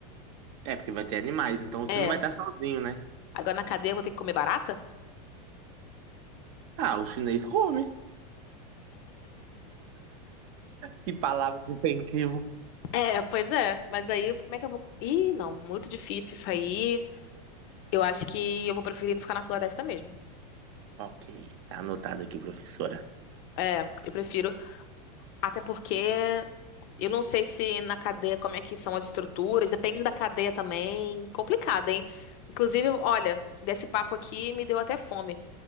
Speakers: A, on the right; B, on the left.
A: É, porque vai ter animais, então você
B: É.
A: não vai estar sozinho, né?
B: Agora na cadeia eu vou ter que comer barata?
A: Ah, o chinês come. Que palavra de incentivo.
B: É, pois é. Mas aí, como é que eu vou? Ih, não, muito difícil isso aí. Eu acho que eu vou preferir não ficar na floresta mesmo.
A: Ok, tá anotado aqui, professora.
B: É, eu prefiro. Até porque eu não sei se na cadeia como é que são as estruturas, depende da cadeia também. Complicado, hein? Inclusive, olha, desse papo aqui me deu até fome,